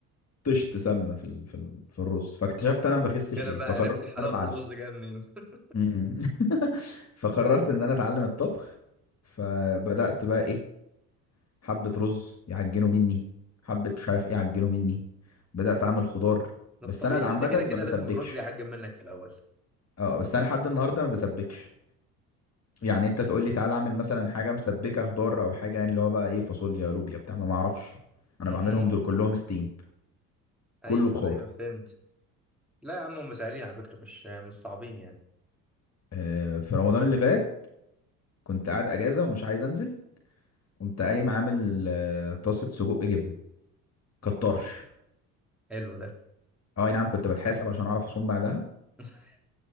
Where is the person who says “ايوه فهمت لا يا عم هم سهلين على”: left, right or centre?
Centre